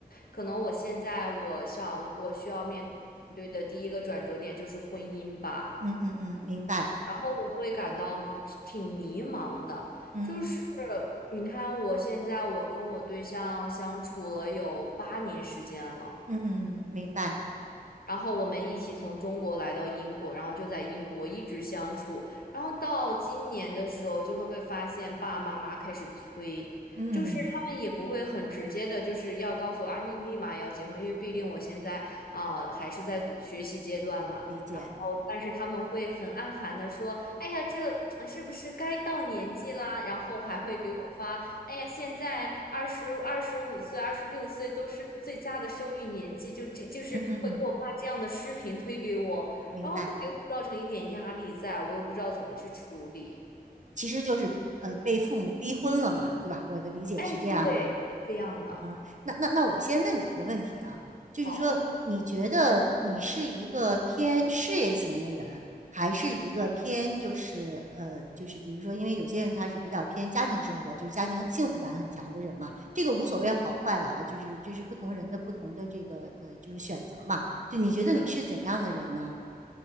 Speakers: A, on the left; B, on the right.
A: 可能我现在我想我需要面对的第一个转折点就是婚姻吧，
B: 嗯嗯嗯，明白。
A: 然后我会感到挺迷茫的。
B: 嗯
A: 就是你看，我现在我跟我对象相处了有八年时间了。
B: 嗯嗯，明白。
A: 然后我们一起从中国来到英国，然后就在英国一直相处。然后到今年的时候，就会发现爸爸妈妈开始催，
B: 嗯嗯，
A: 就是他们也不会很直接的，就是要告诉我啊，你立马要结婚，因为毕竟我现在啊、呃还是在读学习阶段嘛。
B: 理解。
A: 然后，但是他们会很暗含的说，哎呀，这啊是不是该到年纪啦？然后还会给我发哎呀，
B: 嗯
A: 现在二十二十五岁、二十六岁都是最佳的生育年纪，就这就是会给我发这样的视频推给我，
B: 嗯嗯嗯，明白。
A: 然后会给我造成一点压力在，我又不知道怎么去处理。
B: 其实就是呃被父母逼婚了嘛，对吧？我的理解是这样的。
A: 哎，对，是这样的。
B: 嗯，那那那我先问你一个问题啊，就是说，
A: 好，
B: 你觉得你是一个偏事业型的人，还是一个偏就是呃，就是比如说，因为有些人他是比较偏家庭生活，就是家庭幸福感很强的人嘛，这个无所谓好坏啊，
A: 嗯，
B: 就是就是不同人的不同的这个呃，就是选择嘛。就你觉得你是怎样的人呢？
A: 是